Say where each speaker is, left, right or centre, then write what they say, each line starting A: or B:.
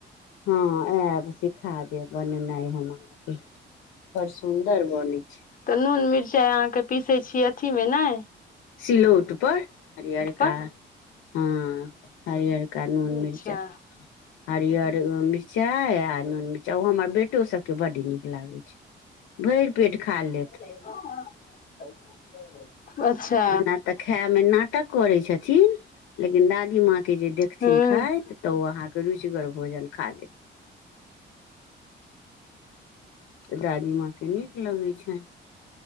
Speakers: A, on the left (about 85°); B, on the left (about 45°).
A: हँ आयब सिखा देब बनेनाइ हम अहाँके बड़ सुन्दर बनै छै
B: तऽ नून मिरचाइ अहाँके पीसै छीये अथीमे नहि
A: सिलौटपर हरियरका
B: पर
A: हाँ हरियरका नून मिर्चा
B: अच्छा
A: हरियर मिर्चाइ आ नून मिरचा ओ हमर बेटो सबके बड नीक लागे छै भरि पेट खा लेत
B: <inaudible> अच्छा
A: एना तऽ खाय में नाटक करे छथिन लेकिन दादी माँ कऽ देखथिन
B: हूँ
A: खाइत तऽ अहाँके रुचिगर भोजन खा लेत दादी माँ के नीक लगै छनि